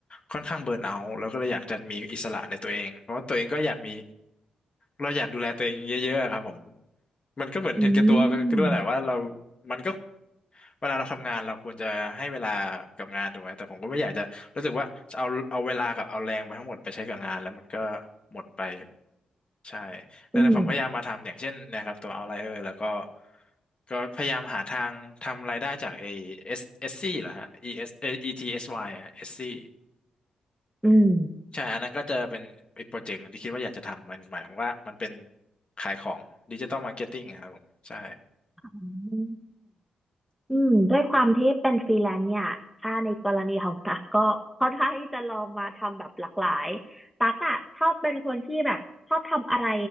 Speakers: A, on the left (about 40°); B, in the centre.
A: ค่อนข้างเบิร์นเอาท์แล้วก็เลยอยากจะมีอิสระในตัวเองเพราะว่าตัวเองก็อยากมี เราอยากดูแลตัวเองเยอะๆครับผม มันก็เหมือนเห็นแก่ตัวก็ด้วยแหละว่าเรา
B: อืม
A: มันก็เวลาเราทำงานเราควรจะให้เวลากับงานถูกไหม แต่ผมก็ไม่อยากจะรู้สึกว่าจะเอาเอาเวลากับเอาแรงไปทั้งหมดไปใช้กับงานแล้วมันก็หมดไปกับใช่แล้วเนี่ยผมพยายามมาทำอย่างเช่นเนะครับตัว
B: อืม
A: Outlier แล้วก็ก็พยายามหาทางทำรายได้จากไอ้ S S C เอสซีเหรอฮะ E S เอสเอ E T S Y อสวายอะเอสซี
B: อืม
A: ใช่ อันนั้นก็จะเป็นอีกโปรเจกต์หนึ่งที่คิดว่าอยากจะทำมันหมายความว่ามันเป็นขายของดิจิตอลมาร์เก็ตติ้งครับผมใช่
B: อืม อืมด้วยความที่เป็นฟรีแลนซ์เนี่ยถ้าในกรณีของตั๊กก็ค่อนข้างที่จะลองมาทำแบบหลากหลายตั๊กอะชอบเป็นคนที่แบบชอบทำอะไร